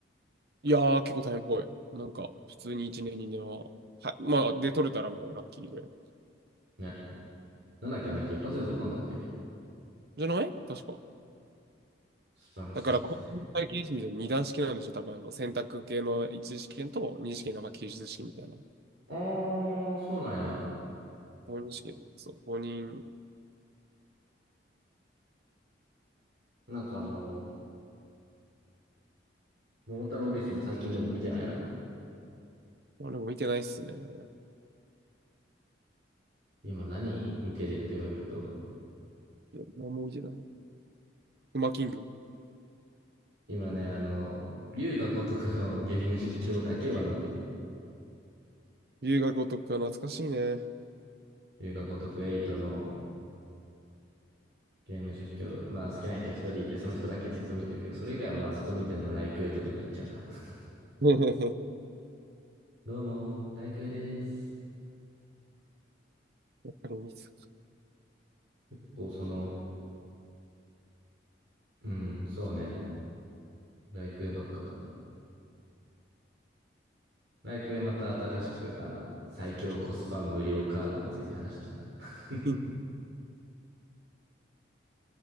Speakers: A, on the right; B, on the right.
A: う。いやー、結構大変っぽい。なんか、普通に1年、2年は、はい、まあ、で、取れたらもうラッキーぐらい。
B: ねなんだっけ、あの人一発で取ったんだっけ
A: じゃない確か。
B: 素晴らしいですね。
A: だから、公認会計士みたいな二段式なんでしょ多分、あの、選択系の一次試験と二次試験が、まあ、記述試験みたいな。
B: あー、そうなんや。
A: 公認試験、そう、公認、
B: なんかあの、桃太郎オフィスも最近でも見てないな。
A: あれも見てないっすね。い
B: 今何見てるって言われると。
A: や何も見てない。ウマキング。
B: 今ね、あの、龍が如くのゲーム実況だけは見てる。
A: 留学お得か懐かしいね。
B: 龍が如くトのゲーム実況。まあ好きな人一人いて、その人だけずっと見てるけど、それ以外はまあずっと見てるのライクエとかになっちゃうな。<laughs>
A: <laughs> あ
B: どうも、ライクエです。
A: れ見てた
B: 結構その、うん、そうね。ライクエばっかだな。ライクへまた新しく、あの、最強コスパ無料カードについて話してるからね。<laughs>
A: うん